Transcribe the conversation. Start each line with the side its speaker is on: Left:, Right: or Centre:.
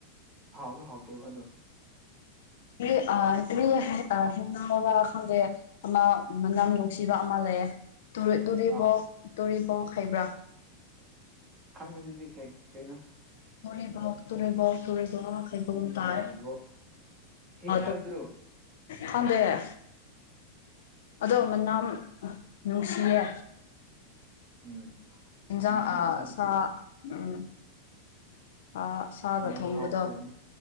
Right: ꯍꯥꯎꯁꯨ ꯍꯥꯎꯇꯦꯕ ꯑꯗꯣ
Left: ꯎ ꯑ ꯑꯗꯨ ꯍ ꯈꯪꯗꯦ ꯑꯃ ꯃꯅꯝ ꯅꯨꯡꯁꯤꯕ ꯑꯃ ꯂꯩꯌꯦ ꯇꯨꯔꯤꯕꯣꯛ
Right: ꯑꯥ
Left: ꯇꯨꯔꯤꯕꯣꯛ ꯍꯩꯕ꯭ꯔꯥ
Right: ꯈꯪꯕꯦꯗꯨꯗꯤ ꯀꯩ ꯀꯩꯅꯣ
Left: ꯇꯨꯔꯦ ꯣ ꯇꯨꯔꯦ ꯣ ꯇꯨꯔꯦ ꯣ ꯇꯔ
Right: ꯀꯩꯅꯣ ꯍꯤꯡ
Left: ꯑ
Right: ꯍꯥꯏꯕꯗꯨꯔꯣ
Left: ꯈꯪꯗꯦꯦ ꯑꯗꯣ ꯃꯅꯥꯝ ꯅꯨꯡꯁꯤꯌꯦ
Right: ꯎꯝ
Left: ꯏꯖ
Right: ꯅꯨꯡꯁꯤ
Left: ꯑ
Right: ꯃꯅꯝ
Left: ꯁꯥ ꯎꯝ ꯑ ꯆꯥꯗ
Right: ꯃꯅꯝ
Left: ꯊꯣꯡꯕꯗꯣ
Right: ꯍꯥꯎꯕꯁꯨ ꯂꯩꯕꯅꯤ